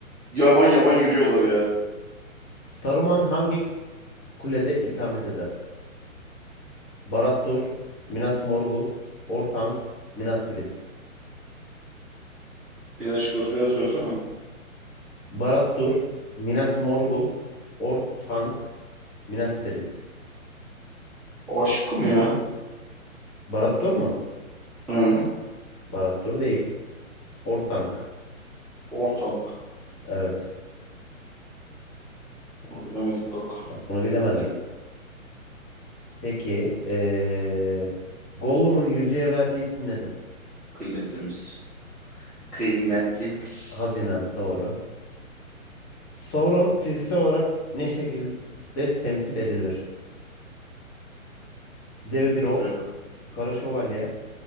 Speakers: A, in the centre; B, on the left.
A: yavan yavan yürüyorlar ya.
B: Saruman hangi kulede ikamet eder? Barad-dûr, Minas Morgul, Orthanc, Minas Tirith.
A: Bir daha şıkları bir daha söylesene.
B: Barad Dur, Minas Morgul, Ortank, Minas Tirith.
A: A şıkkı mı ya?
B: Barad Dur mu?
A: Hı.
B: Barad Dur değil. Ortank.
A: Ortank.
B: Evet.
A: Onu bilemedik bak.
B: Bak bunu bilemedin.
A: Tüh.
B: Peki. eee Gollum'un yüzüğe verdiği isim nedir?
A: Kıymetlimiz. Kıymetlimiz.
B: Hazinem. Doğru. Sauron fiziksel olarak ne şekilde temsil edilir? Dev bir ork,
A: Söyle.
B: kara şövalye,